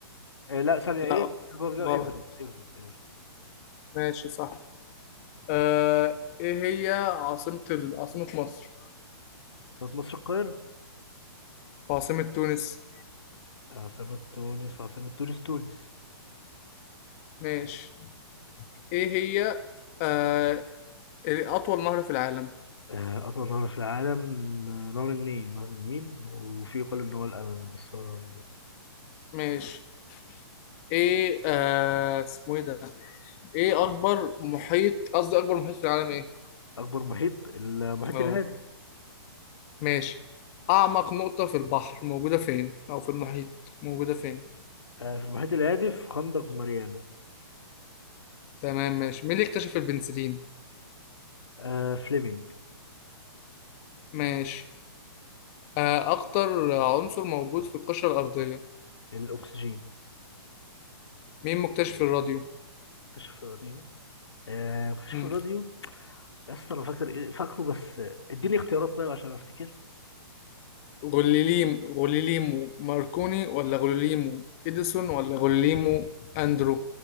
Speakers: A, on the left; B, on the left.
A: آه لا ثانيه
B: لا
A: ايه اطول جبل
B: غلط
A: ايفرست ايفرست ايفرست
B: ماشي صح آه إيه هي عاصمة ال- عاصمة مصر
A: عاصمه مصر القاهره
B: وعاصمة تونس
A: عاصمه تونس عاصمه تونس تونس
B: ماشي ايه هي آه اطول نهر في العالم
A: آه اطول نهر في العالم آه، نهر النيل نهر النيل وفي يقال ان هو الامازون بس هو نهر النيل
B: ماشي ايه آه اسمه ايه ده ايه اكبر محيط قصدي اكبر محيط في العالم ايه
A: اكبر محيط المحيط
B: اه
A: الهادي
B: ماشي اعمق نقطة في البحر موجودة فين او في المحيط موجودة فين
A: آه في المحيط الهادي في خندق ماريانا
B: تمام ماشي مين اللي اكتشف البنسلين
A: آه فليمنج
B: ماشي آه اكتر عنصر موجود في القشرة الارضية
A: الاكسجين
B: مين مكتشف الراديو
A: اكتشف الراديوم آه كشف
B: مم.
A: الراديو يا اسطى انا فاكر ايه فاكره بس آه، اديني اختيارات طيب عشان افتكر
B: غليليم غليليمو ماركوني ولا غليليمو اديسون ولا غليليمو اندرو